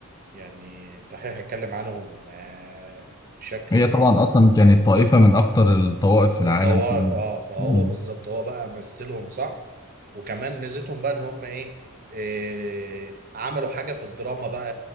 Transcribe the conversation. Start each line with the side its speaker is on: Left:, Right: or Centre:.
Right: يعني الدحيح اتكلم عنهم آه، بشكل
Left: هي طبعا أصلا كانت طائفة من أخطر الطوائف في العالم
Right: الطوائف
Left: كله
Right: اه فهو
Left: مم.
Right: بالظبط هو بقى مثلهم صح وكمان ميزتهم بقى ان هم ايه, إيه عملوا حاجه في الدراما بقى